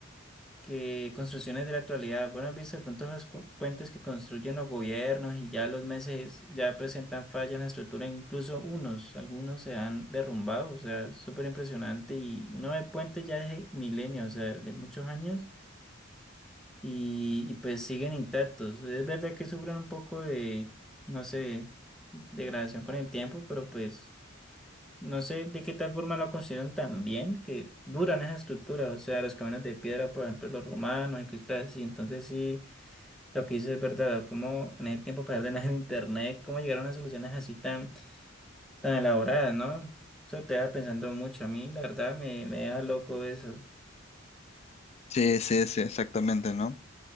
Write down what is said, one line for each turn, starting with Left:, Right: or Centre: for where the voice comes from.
Centre: que construcciones de la actualidad. Bueno, has visto de pronto esos cu- puentes que construyen los gobiernos y ya los meses ya presentan fallas en la estructura, incluso unos, algunos se han derrumbado, o sea, es súper impresionante y uno ve puentes ya de milenios, o sea, de muchos años y, y pues siguen intactos. Es verdad que sufren un poco de, no sé, degradación con el tiempo, pero pues... No sé de qué tal forma lo consideran tan bien que duran esas estructuras, o sea, los caminos de piedra, por ejemplo, los romanos y cosas así. Entonces, sí, lo que dices es verdad, como en ese tiempo, a pesar de nada <laughs> en internet, cómo llegaron a soluciones así tan, tan elaboradas, ¿no? Eso te deja pensando mucho. A mí, la verdad, me, me deja loco eso.
Left: Sí, sí, sí, exactamente, ¿no?